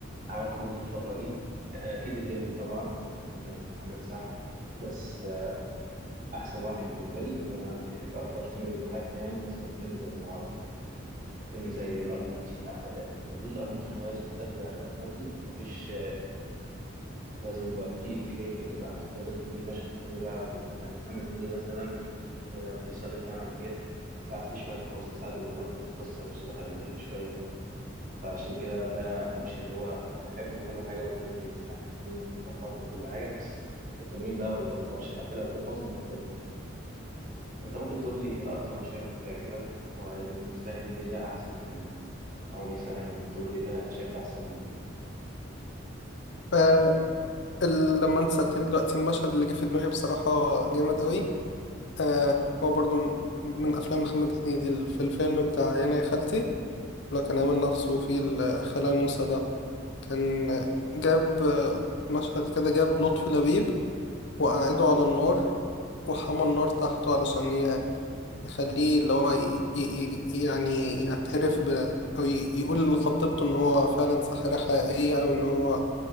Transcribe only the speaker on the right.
عمل كوميدي في الفتره دي اكيد الليمبي طبعا اكيد الليمبي اكيد محمد سعد بس آه، احسن واحد بالنسبه لي آه، بيحب اكتر فيلم بيضحكني يعني مثلا فيلم زي ابو العربي فيلم زي القرموطي احمد ادم ليه القرموطي المميز بالذات يعني القرموطي مفيش لازم يبقى في إفيه جاي في اللي بعده لازم في مشهد كوميدي على طول يعني محمد هنيدي مثلا لو في صعيدي في الجامعة الأمريكية ساعات في شوية حزن ساعات بيدخلك في القصة يفصلك عن الضحك شوية فعشان كده ده مش اللي هو أنا بحبه كل حاجة والفيلم بيضحكني والفيلم بيظبطني وكل حاجة بس التنين بقى ما بيبطلش حتى لو في حزن أنت بتضحك أنت ممكن تقول لي أكتر مشاهد بتعجبك وإني تفهم ليه ده أحسن من ده أو مثلا تقول لي ده أنت شايف ده أحسن من